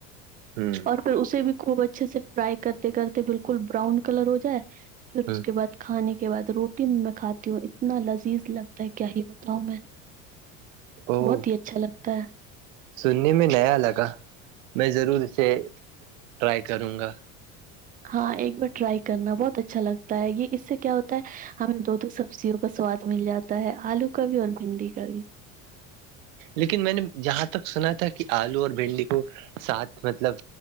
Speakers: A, on the right; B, on the right.
A: ہوں
B: اور پھر اسے بھی خوب اچھے سے فرائی کرتے کرتے بالکل براؤن کلر ہو جائے پھر اس
A: ہ
B: کے بعد کھانے کے بعد روٹی میں کھاتی ہوں اتنا لذیذ لگتا ہے کیا ہی بتاؤ میں
A: او
B: بہت ہی اچھا لگتا ہے
A: سننے میں نیا لگا میں ضرور اسے ٹرائی کروں گا
B: ہاں ایک بار ٹرائی کرنا بہت اچھا لگتا ہے یہ اس سے کیا ہوتا ہے ہمیں دو دو سبزیوں کا سواد مل جاتا ہے آلو کا بھی اور بھنڈی کا بھی
A: لیکن میں نے جہاں تک سنا تھا کہ آلو اور بھنڈی کو ساتھ مطلب